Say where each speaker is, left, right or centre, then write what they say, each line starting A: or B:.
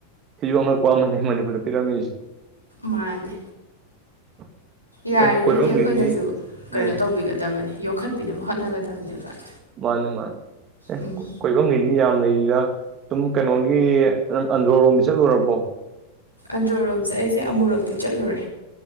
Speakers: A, on the right; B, on the left.
A: ꯁꯤꯖꯨ ꯑꯉꯛꯄ ꯑꯃꯅꯤ ꯃꯅꯤꯄꯨꯔꯗ ꯄꯤꯔꯝꯃꯤꯁꯤ꯫
B: ꯃꯥꯅꯦ
A: <inaudible>
B: ꯌꯥꯔꯤꯒꯩꯗꯤ
A: ꯀꯣꯏꯐꯝꯒꯤꯗꯤ
B: ꯑꯩꯈꯣꯏꯅꯁꯨ
A: ꯎꯝ
B: ꯀꯩꯅꯣ ꯇꯧꯕꯤꯒꯗꯕꯅꯤ ꯌꯣꯛꯈꯠꯄꯤꯅꯕ ꯍꯣꯠꯅꯒꯗꯕꯅꯦꯕ꯫
A: ꯃꯥꯅꯤ ꯃꯥꯅꯤ ꯑꯦ
B: ꯎꯝ
A: ꯀꯣꯏꯕꯝꯒꯤꯅꯤ ꯌꯥꯝ ꯂꯩꯔꯤꯗ ꯁꯨꯝ ꯀꯩꯅꯣꯒꯤ ꯅꯡ ꯑꯟꯗ꯭ꯔꯣ ꯔꯣꯝꯗꯤ ꯆꯠꯂꯨꯔꯕꯣ꯫
B: ꯑꯟꯗ꯭ꯔꯣ ꯔꯣꯝꯁꯦ ꯑꯩꯁꯦ ꯑꯃꯨꯔꯛꯇꯤ ꯆꯠꯂꯨꯔꯦ꯫